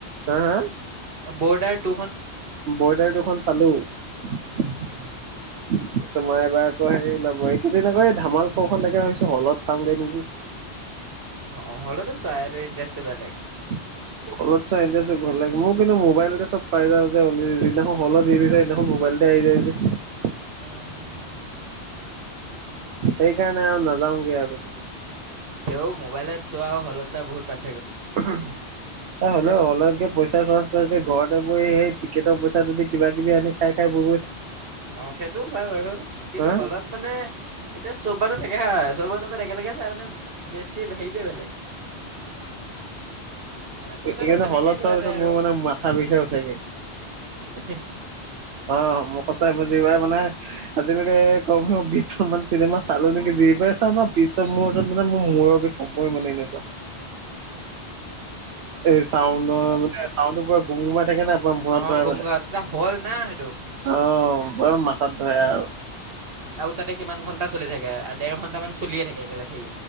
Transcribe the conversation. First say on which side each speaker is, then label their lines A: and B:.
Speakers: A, on the right; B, on the right.
A: হা হা।
B: ব'ৰ্ডাৰ টো।
A: বৰ্ডাৰ টো খন চালো। তোমাৰ
B: উম,
A: এবাৰ আকৌ হেৰি ওলাব এইকেই দিন ধামাল ফৌৰখন দেখা হৈছোঁ হলত চাওঁগে নেকি?
B: অ হ'লেতো চাই ইনৰ্টেজ বেলেগ
A: <unintelligible> হলত চাই ইনৰ্টেজ বেলেগ মোৰ কিন্তু মোবাইলতে এ চব পাই যাওঁ যে অলৰেদি যিদিনাখন হলত ৰিভি যায় সেইদিনাখন মোবাইল দেই যায় যে
B: <unintelligible>
A: সেইকাৰণে আৰু নাযাওগে আও কটি
B: তেওঁ মোবাইলত চোৱা হলচোৱা বহুত পা-
A: উহম এ হেল্ল হলত গে পইচা খৰচ তকে ঘৰতে বোৰ সেই টিকেটৰ পইচা যদি কিবা কিবি আনি খাই খাই ব-
B: অ সেইটো হয় বাৰু কিন্তু
A: হা
B: হলত মানে এতিয়া চৌপাটো থাকে হা। টময় লগত একেলগে চাই মানে বেছি হেৰিটোৱে বেলেগ।
A: সেইকাৰণে
B: পইচাটো তেনেকেই
A: হলদ
B: লোৱা
A: চোৱাৰ পিছত
B: যায় আৰু
A: মোৰ মানে মাথা বিষে উঠেগে।
B: <unintelligible>
A: অ মোৰ সঁচাই মই যিবোৰ মানে আজিলৈকে কম বিশজন মান চিনেমা চালো নেকি যি দিপ্ৰেচনৰ পিছৰ মহূৰ্তত মানে মোৰ মূৰৰ বিষ সময় মানে এনেকুৱা। এই চাউনৰ মানে চাউণ্ডৰ পুৰা গুম গুমাই থাকে না। বৰ মূৰত
B: অঁ
A: ধৰে
B: গম
A: মানে
B: গা তেতিয়া হল না সেইটো
A: অহ বৰ মাথাত ধৰে আও।
B: আও তাতে কিমান ঘণ্টা চলি থাকে, দেৰ ঘণ্টামান চলিয়ে থাকে একেলেঠেই।